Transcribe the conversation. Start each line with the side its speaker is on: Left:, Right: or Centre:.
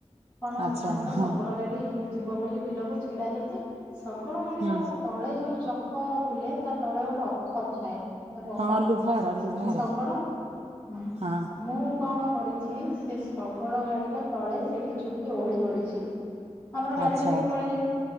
Left: କଣ
Right: ଆଚ୍ଛା
Left: ଆମର
Right: ହଁ
Left: ଶଗଡ ଗାଡି। ଯିବ ବୋଲି ବିଲକୁ ଛିଡା ହେଇଛି। ଶଗଡ଼ ହଁ
Right: ହୁଁ
Left: ତଳେ ଯୋଉ ଚକ ବୁଲେ ତା ତଳେ ଗୋଟେ ଅଖ ଥାଏ। ତାକୁ ଅଖ
Right: ହଁ
Left: କୁହନ୍ତି।
Right: ଲୁହାର ଲୁହାର
Left: ସେମିତି ଶଗଡ଼ ହୁଁ,
Right: ହଁ
Left: ମୁଁ କଣ କରିଛି? ସେ ଶଗଡ଼ ଗାଡ଼ିର ତଳେ ସେଠି ଚୁପ୍ କି ଓହଳି ପଡ଼ିଛି। ଆମର ଗାଡି
Right: ଆଚ୍ଛା
Left: ଧରିକି ପଳେଇଲେ।